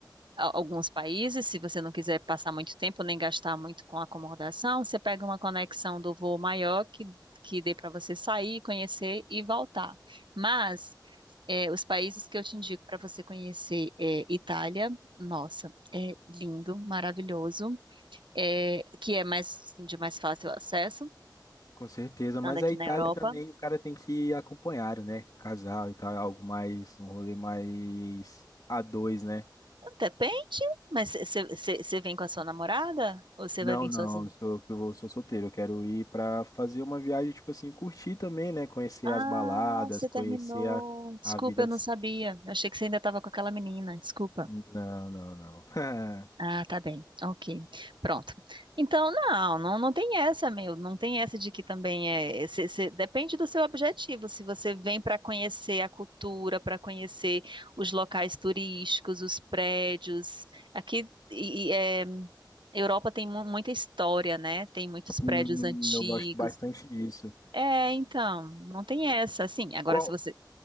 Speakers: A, on the right; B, on the left.
A: a- alguns países, se você não quiser passar muito tempo nem gastar muito com acomodação, você pega uma conexão do voo maior que, que dê para você sair, conhecer e voltar. Mas é, os países que eu te indico para você conhecer é Itália, nossa, é lindo, maravilhoso, é, que é mais assim, de mais fácil acesso,
B: Com certeza,
A: estando
B: mas
A: aqui
B: a Itália
A: na Europa.
B: também o cara tem que ir acompanhado, né? Casal e tal, é algo mais, um rolê mais a dois, né?
A: Depende, mas você vem com a sua namorada ou você
B: Não,
A: vai vir
B: não,
A: sozinho?
B: eu sou, eu sou solteiro, eu quero ir pra fazer uma viagem, tipo assim, curtir também, né? Conhecer
A: Ah,
B: as baladas,
A: você
B: conhecer
A: terminou.
B: a,
A: Desculpa,
B: a vida.
A: eu não sabia. Eu achei que você ainda estava com aquela menina. Desculpa.
B: Não, não, não.
A: Ah,
B: <laughs>
A: tá bem. Ok. Pronto. Então, não, não, não tem essa, meu. Não tem essa de que também é. cê- cê- depende do seu objetivo. Se você vem para conhecer a cultura, para conhecer os locais turísticos, os prédios. Aqui, e, e, é, Europa tem mu- muita história, né? Tem muitos
B: Sim,
A: prédios antigos.
B: eu gosto bastante disso.
A: É, então, não tem essa. Sim, agora
B: Qual?
A: se você.